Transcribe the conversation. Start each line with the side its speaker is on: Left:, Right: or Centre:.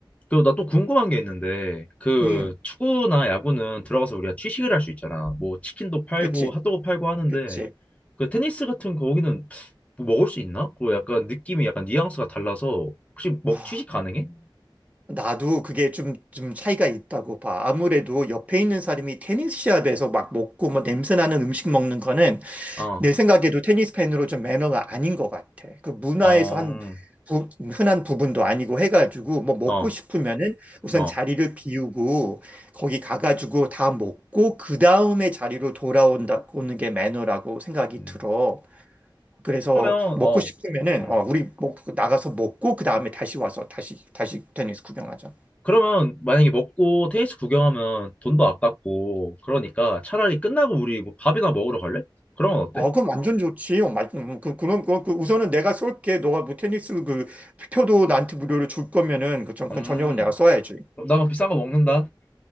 Left: 그 나 또 궁금한 게 있는데 그
Right: 음,
Left: 축구나 야구는 들어가서 우리가 취식을 할 수 있잖아. 뭐 치킨도 팔고
Right: 그치.
Left: 핫도그 팔고 하는데
Right: 그치.
Left: 그 테니스 같은 거기는 뭐 먹을 수 있나? 그 약간 느낌이 약간 뉘앙스가 달라서 혹시 먹
Right: 아,
Left: 취식 가능해?
Right: 나도 그게 좀, 좀 차이가 있다고 봐. 아무래도 옆에 있는 사람이 테니스 시합에서 막 먹고 뭐 냄새 나는 음식 먹는 거는
Left: 어.
Right: 내 생각에도 테니스 팬으로 좀 매너가 아닌 것 같아. 그 문화에서
Left: 어.
Right: 한 부- 흔한 부분도 아니고 해가지고 뭐 먹고
Left: 어.
Right: 싶으면은 우선
Left: 어.
Right: 자리를 비우고 거기 가가지고 다 먹고 그 다음에 자리로 돌아온다, 오는 게 매너라고 생각이
Left: 음.
Right: 들어. 그래서
Left: 그러면
Right: 먹고
Left: 어.
Right: 싶으면은
Left: 음.
Right: 어, 우리 먹, 나가서 먹고 그 다음에 다시 와서 다시 다시 테니스 구경하자.
Left: 그러면 만약에 먹고 테니스 구경하면 돈도 아깝고 그러니까 차라리 끝나고 우리 뭐 밥이나 먹으러 갈래? 그런 건 어때?
Right: 어, 그럼 완전 좋지. 어, 맞, 음, 그, 그럼 그, 그 우선은 내가 쏠게. 너가 뭐 테니스 그 표도 나한테 무료로 줄 거면은 그 전,
Left: 음,
Right: 그 전용은 내가 써야지.
Left: 그럼 나만 비싼 거 먹는다.